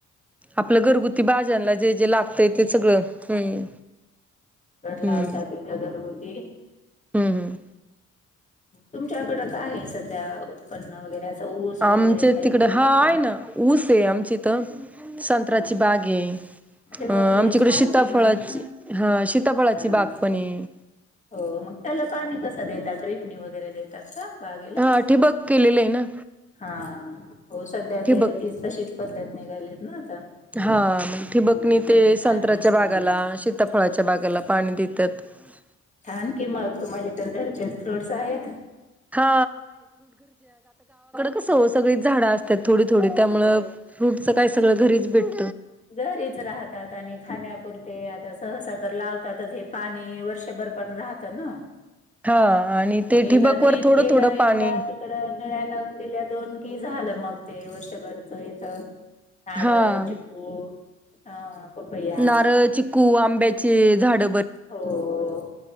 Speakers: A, in the centre; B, on the left.
A: आपलं घरगुती भाज्यांना जे जे लागतंय ते सगळं हम्म हम्म
B: लावतली गरगदी
A: हम्म हम्म.
B: तुमच्याकडं काय आहे सध्या उत्पन्न वगैरे ऊस वगैरे
A: आमच
B: काही
A: तिकड
B: घेतात
A: हाय
B: का
A: ना ऊस आहे आमच इथं संत्राची
B: हा
A: बाग आहे
B: अरे बापरे
A: अ आमच्याकडे
B: छान
A: शीताफळाची,
B: कि मग
A: हा शीताफळाची
B: हा
A: बाग पण हाय
B: हो, मग त्याला पाणी कसं देतात ड्रिपनी वगैरे देतात का? बागेला,
A: हा ठिबक केलेलं आहे ना
B: हा हो सध्या
A: ठिबक
B: ते तीच तशीच पद्धत निघालेत ना आता
A: हा, ठिबकणी
B: हा कमी
A: ते संत्राच्या
B: पाणी असल्यामुळे
A: बागाला, शीताफळाच्या
B: हा.
A: बागाला पाणी देतात ह
B: छान कि म तुम्हाला तर घरचे फ्रूट्स आहेत
A: हा तसं ओ सगळीच झाडं असतात थोडी थोडी त्यामुळं
B: हो
A: फ्रूटचं काय
B: हो.
A: सगळं घरीच भेट
B: घरीच राहतात आणि खाण्यापुरते आता सहसा तर लावतातच हे पाणी वर्षभर पण राहतं ना
A: हा आणि
B: मग
A: ते
B: एकदा
A: ठिबकवर
B: ड्रीप
A: थोडं
B: केलं
A: थोडं पाणी
B: एकदा तिकड नळ्या लावून दिल्या दोन की झालं मग ते वर्षभरच इथ नारळ,
A: हा
B: चिकू अ पपया
A: नारळ, चिकू, आंब्याचे झाड
B: हो